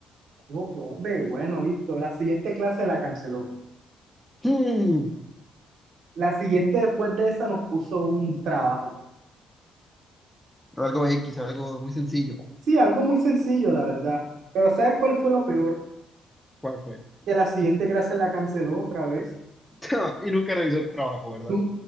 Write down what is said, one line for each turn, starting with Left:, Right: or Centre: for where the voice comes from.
Right: Yo, hombre, bueno, listo. La siguiente clase la canceló.
Centre: Hmm.
Right: La siguiente después de esa nos puso un trabajo.
Centre: Algo X, algo muy sencillo.
Right: Sí, algo muy sencillo, la verdad. Pero ¿sabes cuál fue lo peor?
Centre: ¿Cuál fue?
Right: Que la siguiente clase la canceló otra vez.
Centre: <laughs> Y nunca revisó el trabajo, ¿verdad?
Right: Nun-